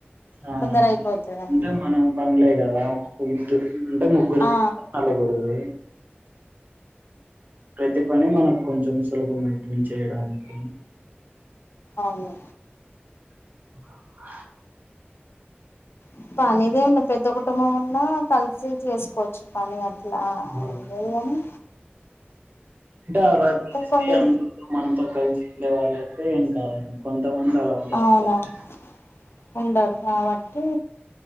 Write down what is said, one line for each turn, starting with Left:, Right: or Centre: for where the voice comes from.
Right: అవునండి
Left: తొందర అయిపోతది అన్న
Right: అంటే మనం పనులే కదా ఒ ఇద్దు అంటే ముగ్గురువి
Left: ఆ
Right: నలుగురువి ప్రతి పని మనకు కొంచెం సులభంమైతంది చేయడానికి
Left: అవును
Right: హ
Left: అ పనిదే ఉంది పెద్ద కుటుంబం ఉన్నా కలిసి చేసుకోవచ్చు పని అ లా
Right: అవును.
Left: రెన్రోలనే
Right: అంటే
Left: కొన్ని
Right: కలిసి మనతో కలిసి ఉండే వాళ్ళయితే కానీ కొంతమంది అలా ఉండకపోవచ్చు
Left: అవునవును ఉండరు కాబట్టి